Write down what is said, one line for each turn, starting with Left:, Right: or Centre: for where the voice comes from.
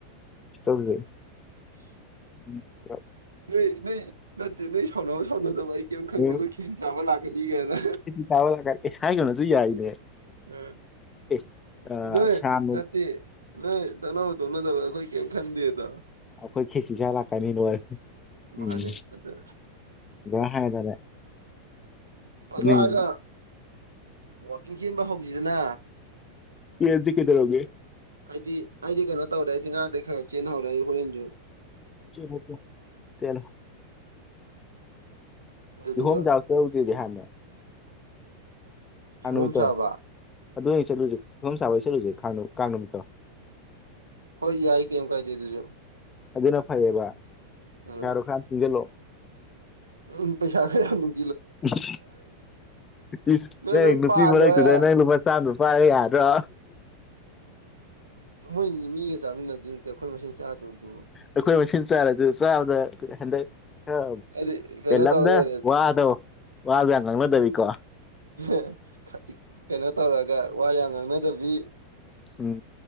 Left: ꯎ ꯆꯧꯖꯦ
Right: <unintelligible>
Left: ꯎꯝ
Right: ꯅꯣꯏ ꯅꯣꯏ ꯅꯠꯇꯦ ꯅꯣꯏ ꯁꯥꯎꯅꯕ ꯁꯥꯎꯅꯗꯕ ꯑꯩ ꯀꯩꯏꯝ ꯈꯪꯗꯦ
Left: ꯎꯝ
Right: ꯑꯩꯈꯣꯏ ꯈꯤꯁꯤ ꯆꯥꯕ ꯂꯥꯛꯀꯅꯤꯒꯅ
Left: <unintelligible> ꯍꯥꯏꯒꯅꯣ ꯑꯗꯨ ꯌꯥꯏꯅꯦ
Right: <unintelligible>
Left: ꯑꯦ ꯑ
Right: ꯅꯣꯏ
Left: ꯁꯥꯅ
Right: ꯅꯠꯇꯦ ꯅꯣꯏ ꯇꯥꯛꯅꯥꯕ ꯇꯣꯛꯅꯗꯕ ꯑꯩꯈꯣꯏ ꯀꯦꯝ ꯈꯥꯟꯗꯦꯗ
Left: ꯑꯩꯈꯣꯏ ꯈꯦꯁꯤ ꯆꯥ ꯂꯥꯛꯀꯅꯤ ꯅꯣꯏ
Right: ꯃꯥꯅꯦ
Left: ꯎꯝ
Right: ꯑꯗ
Left: <unintelligible>
Right: ꯑꯗꯣ
Left: ꯎꯝ
Right: ꯍꯥꯏꯒ ꯋꯥꯛꯀꯤꯡ ꯆꯦꯟꯕ ꯍꯧꯁꯤꯗꯅ
Left: <unintelligible> ꯀꯩꯗꯧꯔꯒꯦ
Right: ꯑꯩꯗꯤ ꯑꯩꯗꯤ ꯀꯩꯅꯣ ꯇꯧꯔꯦ ꯑꯩꯗꯤ ꯉꯔꯥꯡꯗꯩ ꯈꯔ ꯆꯦꯟꯍꯧꯔꯦ ꯑꯩ ꯍꯣꯔꯦꯟꯗꯨ
Left: <unintelligible> ꯆꯦꯜꯂꯨ
Right: ꯑꯗꯨꯗꯨꯒ
Left: ꯀꯤꯍꯣꯝ ꯆꯥꯕꯥ ꯆꯠꯂꯨꯁꯦꯗꯤ ꯍꯥꯏꯕꯅꯦ
Right: ꯀꯤꯍꯣꯝ
Left: ꯀꯥꯡ ꯅꯨꯃꯤꯠꯇꯣ
Right: ꯆꯥꯕ
Left: ꯑꯗꯨ ꯑꯣꯏ ꯆꯠꯂꯨꯁꯦ ꯀꯤꯍꯣꯝ ꯆꯥꯕꯥ ꯆꯠꯂꯨꯁꯦ <unintelligible> ꯀꯥꯡ ꯅꯨꯃꯤꯠꯇꯣ
Right: ꯍꯣꯏ ꯌꯥꯏ ꯀꯦꯝ ꯀꯥꯏꯗꯦꯗꯨꯁꯨ
Left: ꯑꯗꯨꯅ ꯐꯩꯌꯦꯕ
Right: ꯑꯥ
Left: ꯄꯩꯁꯥꯗꯣ ꯈꯔ ꯇꯨꯡꯁꯜꯂꯣ
Right: ꯎꯝ ꯄꯩꯁꯥ ꯈꯔꯥ ꯌꯥꯝ ꯗꯨꯝ
Left: ꯏꯁ ꯏꯁ
Right: ꯅꯣꯏ ꯂꯣꯏ
Left: ꯅꯨꯄꯤ
Right: ꯄꯥꯜꯂꯣꯍꯦ
Left: ꯃꯔꯛꯇꯨꯗ ꯅꯪ ꯂꯨꯄꯥ ꯆꯥꯃꯥꯗꯨ ꯄꯥꯏꯔ ꯌꯥꯔꯗ꯭ꯔꯣ
Right: ꯃꯣꯏꯅꯤ ꯃꯤꯒ ꯆꯥꯃꯤꯟꯅꯗꯁꯨ ꯅꯠꯇꯦ ꯑꯩꯈꯣꯏ ꯃꯁꯦꯟ ꯆꯥꯗꯕꯗꯨꯕꯨ
Left: ꯑꯩꯈꯣꯏ ꯃꯁꯦꯟ ꯆꯥꯔꯁꯨ ꯆꯥꯕꯗ ꯍꯟꯗꯛ ꯈꯔ
Right: ꯑꯗꯤ ꯀꯩꯅꯣ
Left: ꯄꯦꯜꯂꯞꯅ
Right: ꯇꯧ ꯂꯩꯔꯦ
Left: ꯋꯥꯗꯣ ꯋꯥꯗꯣ ꯌꯥꯝ ꯉꯥꯡꯅꯗꯕꯤꯀꯣ
Right: <unintelligible> ꯀꯩꯅꯣ ꯇꯧꯔꯒ ꯋꯥ ꯌꯥꯝ ꯉꯥꯡꯅꯗꯕꯤ
Left: ꯁꯨꯝ